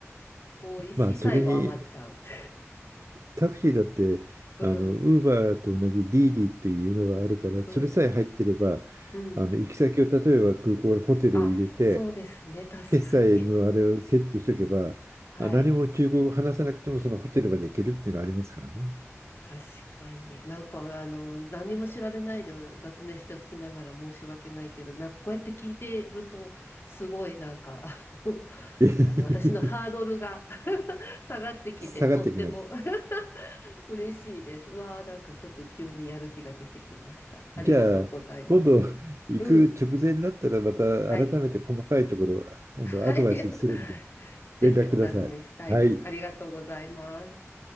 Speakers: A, on the left (about 50°); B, on the right (about 70°).
A: 多いし、
B: <laughs> まあ、
A: 最後余っちゃう。
B: それに
A: <laughs>
B: タクシーだって、
A: うん、
B: あの、ウーバーと同じディーディというのがあるから、
A: うん、
B: それさえ入ってれば、
A: うん。
B: あの、行き先を例えば空港のホテルを入れて、
A: あ、そうですね。確かに。
B: 決済のあれをセットしとけば、
A: はい。
B: あ何も中国語を話さなくてもそのホテルまで行けるっていうのはありますからね。
A: 確かに。なんか、あの、何も調べないで雑念しておきながら申し訳ないけど、なんかこうやって聞いてると、すごいなんか、あの、
B: <laughs>
A: あの私のハードルが <laughs> 下がってきて、
B: 下がってきました。
A: とっても <laughs> 嬉しいです。うわあ、なんかちょっと急にやる気が出てきました。ありがとうございます。
B: じゃあ、今度行く直前になったらまた改めて細かいところ、
A: うん。はい。
B: あの、
A: はい。
B: アドバイスするんで
A: <laughs> ぜひお尋ねしたいです。
B: 連絡ください。はい。
A: ありがとうございます。